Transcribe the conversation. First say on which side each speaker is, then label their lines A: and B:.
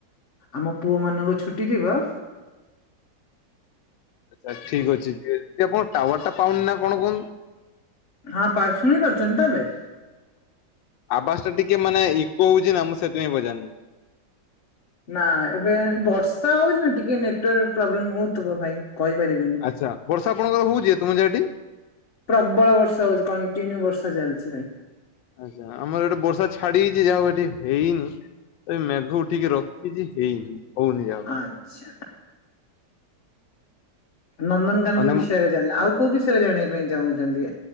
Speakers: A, on the left; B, on the left.
A: ଆମ ପୁଅମାନଙ୍କ ଛୁଟି ଥିବ।
B: ଆଚ୍ଛା ଠିକ ଅଛି ଯେ ଆପଣ ଟାୱାର ଟା ପାଉନି ନା କଣ କୁହନ୍ତୁ?
A: ହଁ ବା ଶୁଣିପାରୁଛନ୍ତିତ ଏବେ।
B: ଆବାସ ଟା ଟିକେ ମାନେ ଇକୋ ହଉଛି ନା ମୁଁ ସେଥିପାଇଁ ପଚାରିନି।
A: ନା ଏବେ ବର୍ଷା ହଉଛି ନା ଟିକେ ନେଟୱାର୍କ ପ୍ରୋବ୍ଲେମ ହଉଥିବ ଭାଇ କହିପାରିବିନି।
B: ଆଚ୍ଛା ବର୍ଷା ଆପଣଙ୍କ ହଉଛି ତମ ଯାହାଟି।
A: ପ୍ରବଳ ବର୍ଷା ହଉଛି କଣ୍ଟିନ୍ୟୁ ବର୍ଷା ଚାଲିଛି ଭାଇ।
B: ଆଚ୍ଛା ଆମର ଏଠି ବର୍ଷା ଛାଡି ଯାଇଛି ଯାହାଉ ଏଠି ହେଇନି। ଏଇ ମେଘଉଠିକି ରଖିଛି ହେଇନି। ହଉନି ଯାହା ହଉ
A: ଆଚ୍ଛା। ନନ୍ଦନକାନନ
B: ମାନେ
A: ବିଷୟରେ ଜାଣିଲେ ଆଉ କୋଉ ବିଷୟରେ ଜାଣିବା ପାଇଁ ଚାହୁଁଛନ୍ତି।